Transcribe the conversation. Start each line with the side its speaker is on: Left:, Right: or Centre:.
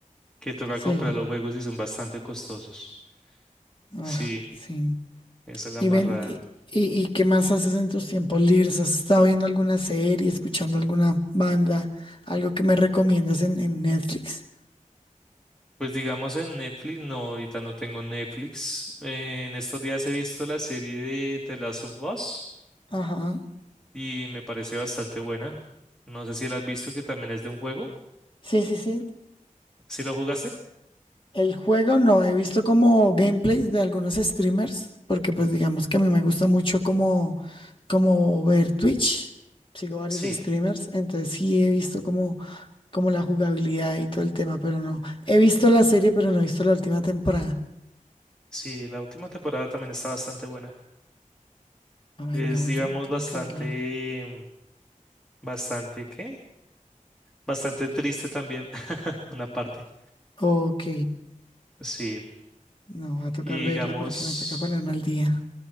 Centre: que toca
Left: sí,
Centre: comprar los juegos y son bastante costosos.
Left: ah,
Centre: Sí,
Left: sí.
Centre: esa es la
Left: Y
Centre: embarrada.
Left: ven, y, y- y qué más haces en tus tiempos libres? ¿Has estado viendo alguna serie, escuchando alguna banda, algo que me recomiendes en, en Netflix?
Centre: Pues digamos en Netflix, no, ahorita no tengo Netflix. Eh, en estos días he visto la serie de The Last of Us
Left: Ajá.
Centre: y me parece bastante buena. No sé si la has visto, que también es de un juego.
Left: Sí, sí, sí.
Centre: ¿Sí lo jugaste?
Left: El juego no, he visto como gameplays de algunos streamers, porque pues digamos que a mí me gusta mucho como, como ver Twitch. Sigo varios
Centre: Sí,
Left: streamers, entonces sí he visto como, como la jugabilidad y todo el tema, pero no. He visto la serie, pero no he visto la última temporada.
Centre: sí, la última temporada también está bastante buena.
Left: Ay,
Centre: Es,
Left: no,
Centre: digamos,
Left: yo tengo
Centre: bastante,
Left: que verla.
Centre: bastante, ¿qué? Bastante triste también, <laughs> una parte.
Left: Ok.
Centre: Sí,
Left: No, va a tocar
Centre: y digamos...
Left: verla porque me toca ponerme al día.